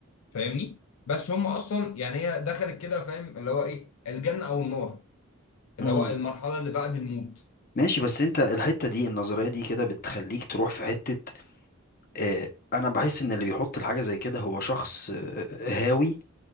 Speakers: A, on the left; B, on the left.
A: فاهمني بس هم اصلا يعني هي دخلت كده فاهم اللي هو ايه الجنه او النار
B: مم.
A: اللي هو المرحله اللي بعد الموت
B: ماشي بس انت الحتة دي النظرية دي كده بتخليك تروح في حتة اه انا بحس ان اللي بيحط الحاجة زي كده هو شخص آه، هاوي